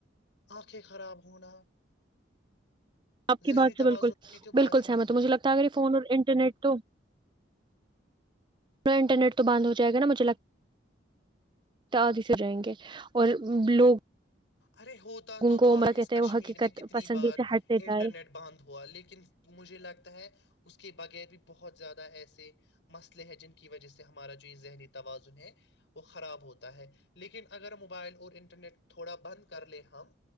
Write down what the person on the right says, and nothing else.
آپ کی
بات سے
بالکل
بالکل
سحمت
مجھے لگتا ہے اگر فون اور ان ٹرنیٹ تو پا انٹرنیٹ تو بند ہو جائے گا نا مجھے لگتا آدھی سے جائیں گے اور لوگ <unintelligible>
ان
کو
عمر کہتے
ہیں وہ حقیقت
پسندی
سے ہٹتے جا
رہے